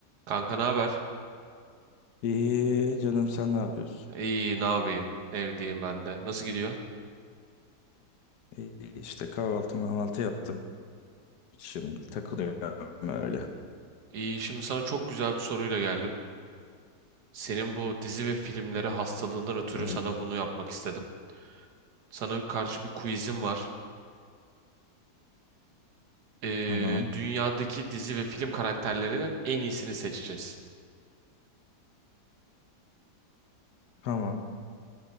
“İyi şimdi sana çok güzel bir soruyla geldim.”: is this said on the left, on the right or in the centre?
Right